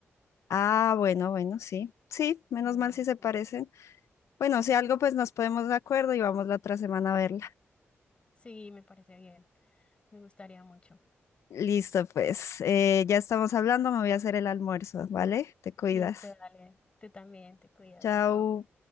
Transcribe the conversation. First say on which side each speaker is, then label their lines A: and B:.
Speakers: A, on the left; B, on the left.
A: Ah, bueno, bueno, sí. Sí, menos
B: Hawái,
A: mal si se
B: sí.
A: parecen. Bueno, si algo, pues nos podemos de acuerdo y vamos la otra semana a verla.
B: Sí, me parece bien. Me gustaría mucho.
A: Listo, pues. eh, ya estamos hablando, me voy a hacer el almuerzo, ¿vale? Te cuidas.
B: Listo, dale. Tú también, te cuidas,
A: Chao.
B: chao.